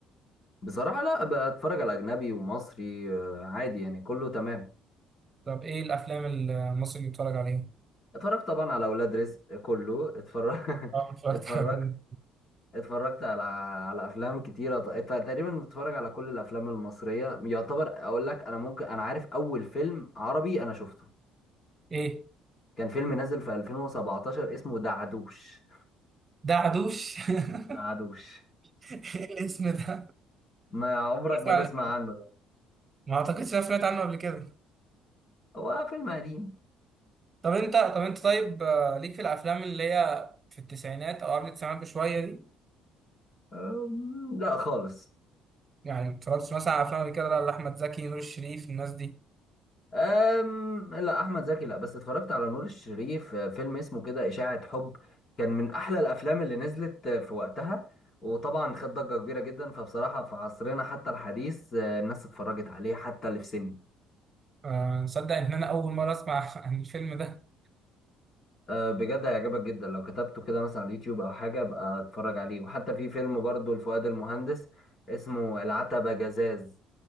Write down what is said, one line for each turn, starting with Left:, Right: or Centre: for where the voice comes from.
Left: بصراحة لا بتفرج على أجنبي ومصري آه، عادي يعني كله تمام
Right: طب إيه الأفلام المصري اللي بتتفرج عليها؟
Left: اتفرجت طبعا على أولاد رزق آه، كله اتفرج <laughs>
Right: أه اتفرجت
Left: اتفرجت
Right: على
Left: اتفرجت على على أفلام كتيرة ت- ت- تقريبا بتفرج على كل الأفلام المصرية يعتبر أقول لك أنا ممكن أنا عارف أول فيلم عربي أنا شفته
Right: <laughs> إيه؟
Left: كان فيلم نازل في 2017 اسمه دعدوش
Right: ده عدوش؟ <laughs>
Left: دعدوش
Right: إيه الاسم ده؟
Left: ما عمرك ما
Right: يعني
Left: تسمع عنه ده
Right: ما اعتقدش انا سمعت عنه قبل كده
Left: هو فيلم قديم
Right: طب انت طب انت طيب آه، ليك في الافلام اللي هي في التسعينات او قبل التسعينات بشويه دي
Left: أم، لا خالص
Right: يعني ما اتفرجتش مثلا على افلام قبل كده لا لاحمد زكي نور الشريف الناس دي
Left: أم لا احمد زكي لا بس اتفرجت على نور الشريف آه، فيلم اسمه كده اشاعة حب كان من احلى الافلام اللي نزلت آه، في وقتها وطبعا خد ضجة كبيرة جدا فبصراحة في عصرنا حتى الحديث آه، الناس اتفرجت عليه حتى اللي في سني
Right: آه، نصدق ان انا اول مره اسمع <laughs> عن الفيلم ده
Left: آه، بجد هيعجبك جدا لو كتبته كده مثلا على اليوتيوب او حاجة ابقى اتفرج عليه وحتى في فيلم برضو لفؤاد المهندس اسمه العتبة جزاز